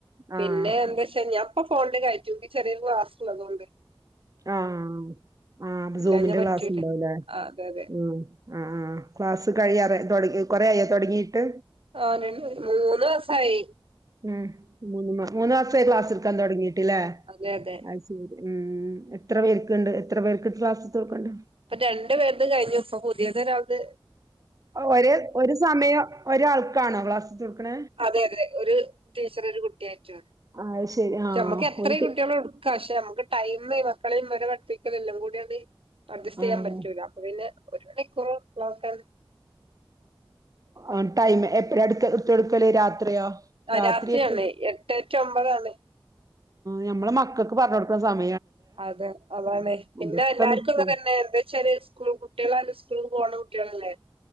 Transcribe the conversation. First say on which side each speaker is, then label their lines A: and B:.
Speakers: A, on the right; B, on the right.
A: ആഹ്
B: പിന്നെ എന്താ വെച്ചാ ഞാപ്പം ഫോണില് കയറ്റും ഇച്ച് ചെറിയൊരു ക്ലാസുള്ളതോണ്ട്
A: ആഹ് ആഹ് അപ്പൊ
B: ഇല്ലാഞ്ഞാ
A: സൂമിന്റെ
B: പറ്റൂല
A: ക്ലാസ് ഉണ്ടാവുല്ലേ
B: ആഹ് അതെ അതെ
A: ഉം ആ ആ ക്ലാസ് കഴിയാറാ തൊടി കൊറെയായോ തുടങ്ങി ട്ട്
B: ആഹ് മൂന്ന് മാസായി
A: ഉം മൂന്ന് മൂന്ന് മാസായി ക്ലാസ്ടുക്കാൻ തുടങ്ങിട്ട് ലേ
B: അതെ അതെ
A: അത് ശരി ഉം എത്ര പേർക്കുണ്ട് എത്ര പേർക്ക് ക്ലാസ് എടുത്ത് കൊട്ക്ക്ണ്ട്
B: ഇപ്പൊ രണ്ടു പേര്ത് കഴിഞ്ഞു ഇപ്പം പുതിയ ഒരാള്ത്
A: ഒരെ ഒരു സമയം ഒരാൾക്കാണോ ക്ലാസ്ടുത്ത് കൊടുക്കുന്നേ
B: അതെ അതെ ഒരു ടീച്ചർ ഒരു കുട്ടിയായിട്ടാ
A: ആ, അത് ശരി ആഹ്
B: അമ്മക്ക് എത്രയും
A: ഒരു ടീ
B: കുട്ടികളെ എടുക്കാം പക്ഷെ നമുക്ക് ടൈമേ മക്കളെയും വരെ പഠിപ്പിക്കല് എല്ലാം കൂടിയത് അഡ്ജസ്റ്റ് ചെയ്യാൻ
A: ആഹ്
B: പറ്റൂല അപ്പൊ പിന്നെ ഒരു മണിക്കൂറോ ക്ലാസ്സ
A: ആ ടൈം എപ്പഴാ എട്ത് ഇട്ത്ത് കൊടുക്കല് രാത്രിയോ രാത്രി
B: രാത്രിയാണ്
A: എപ്പ
B: എട്ടെ റ്റു ഒമ്പതാണ്
A: ഞമ്മള മക്കക്ക് പറഞ്ഞ്ടുക്കുന്ന സമയ
B: അതെ അതാണ് പിന്നെ
A: അതൊക്കെ
B: എല്ലാർക്കും
A: നിക്കും
B: അതന്നെ എന്താ വച്ചാല് സ്കൂൾ കുട്ടിളായാൽ സ്കൂൾക്ക് പോണം കുട്ട്യേളല്ലേ